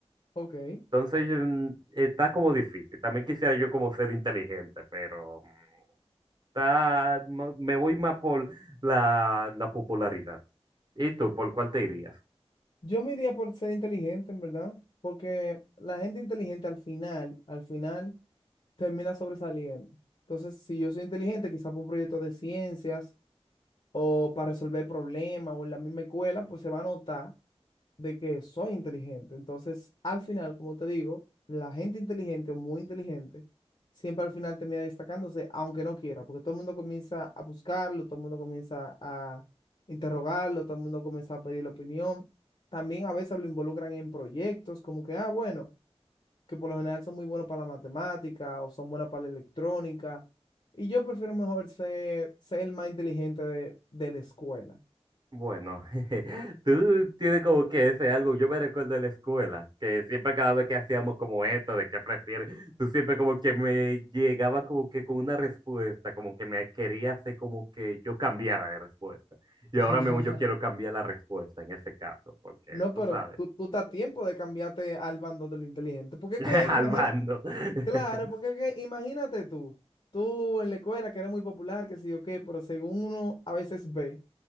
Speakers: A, on the left; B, on the right.
A: Ok.
B: Entonces, mm, está como difícil. También quisiera yo como ser inteligente, pero... Está, ma- me voy más por la, la popularidad. ¿Y tú, por cuál te irías?
A: Yo me iría por ser inteligente, en verdad, porque la gente inteligente al final, al final, termina sobresaliendo. Entonces, si yo soy inteligente, quizás por un proyecto de ciencias o para resolver problemas o en la misma escuela, pues se va a notar de que soy inteligente. Entonces, al final, como te digo, la gente inteligente o muy inteligente siempre al final termina destacándose, aunque no quiera, porque todo el mundo comienza a buscarlo, todo el mundo comienza a interrogarlo, todo el mundo comienza a pedirle opinión. También a veces lo involucran en proyectos, como que, ah, bueno que por lo general son muy buenos para la matemática o son buenas para la electrónica. Y yo prefiero mejor ser, ser el más inteligente de, de la escuela.
B: Bueno, <laughs> jeje, tú tienes como que ese algo, yo me recuerdo de la escuela, que siempre cada vez que hacíamos como esto, de qué prefieres, tú siempre como que me llegaba como que con una respuesta, como que me quería hacer como que yo cambiara de respuesta. Y
A: <laughs>
B: ahora mismo yo quiero cambiar la respuesta en ese caso, porque
A: No,
B: tú
A: pero
B: sabes,
A: tú, tú estás a tiempo de cambiarte al bando de lo inteligente. Porque
B: <laughs>
A: es que, imagina,
B: al bando. <laughs>
A: Claro, porque es que imagínate tú, tú en la escuela que eres muy popular, que sí o qué, pero según uno a veces ve,